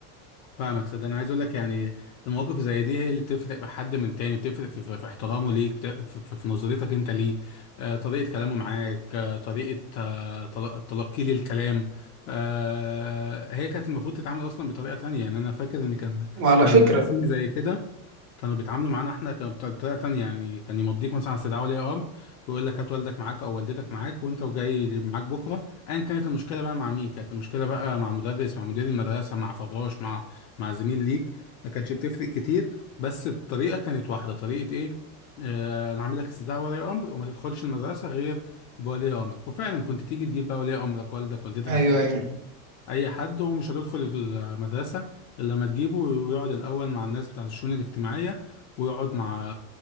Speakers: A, on the left; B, on the right.
A: فاهمك صدق انا عايز اقول لك يعني المواقف زي دي هي اللي بتفرق بحد من تاني بتفرق في, في, في احترامه ليك بت- في, في, في نظرتك انت ليه آه طريقه كلامه معاك آه طريقه آه تل- تلقيه للكلام آه هي كانت المفروض تتعامل اصلا بطريقه تانية يعني انا فاكر ان كان
B: وعلى
A: كان
B: فكره
A: المدرسين زي كده كانوا بيتعاملوا معانا احنا كان بطريقه تانية يعني كان يمضيك مثلا على استدعاء ولي امر ويقول لك هات والدك معاك او والدتك معاك وانت وجاي معاك بكره ايا كانت المشكله بقى مع مين كانت المشكله بقى مع مدرس مع مدير المدرسه مع فراش مع مع زميل ليك ما كانتش بتفرق كتير بس الطريقه كانت واحده طريقه ايه آه، انا هعمل لك استدعاء ولي امر وما تدخلش المدرسه غير بولي امرك وفعلا كنت تيجي تجيب بقى ولي امرك والدك والدتك
B: ايوه
A: اخوك
B: ايوه
A: الكبير اي حد ومش هتدخل المدرسه لما تجيبه ويقعد الأول مع الناس بتاعة الشؤون الاجتماعية ويقعد مع